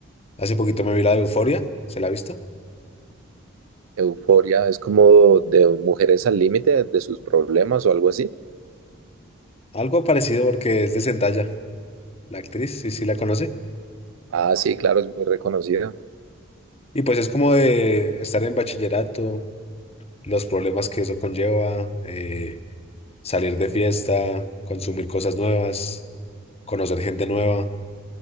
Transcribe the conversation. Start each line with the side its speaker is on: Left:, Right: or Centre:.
Left: hace poquito me vi la de Euforia, ¿se la ha visto?
Right: Euforia es como de mujeres al límite de sus problemas o algo así.
Left: Algo parecido porque es de Zendaya, la actriz, sí, sí la conoce.
Right: Ah, sí, claro, es muy reconocida.
Left: Y pues es como de estar en bachillerato, los problemas que eso conlleva, eh, salir de fiesta, consumir cosas nuevas, conocer gente nueva,